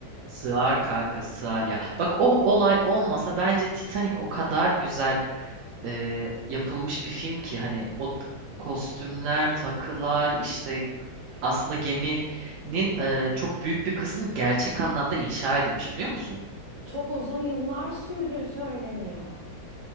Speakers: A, on the right; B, on the right.
A: Sığar kanka sığar ya. Bak o olay olmasa bence Titanic o kadar güzel e, yapılmış bir film ki hani o kostümler, takılar işte aslında geminin e, çok büyük bir kısmı gerçek anlamda inşa edilmiş biliyor musun?
B: Çok uzun yıllar sürdüğü söyleniyor.